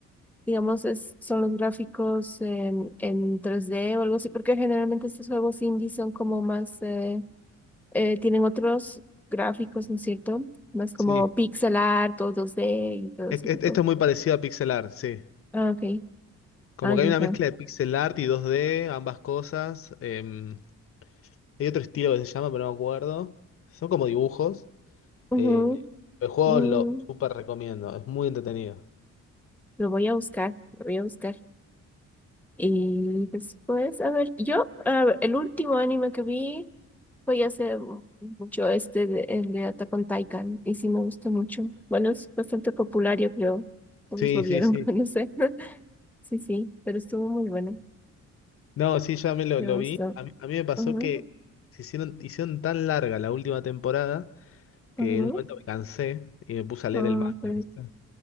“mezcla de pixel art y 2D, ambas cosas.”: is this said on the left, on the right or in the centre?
Left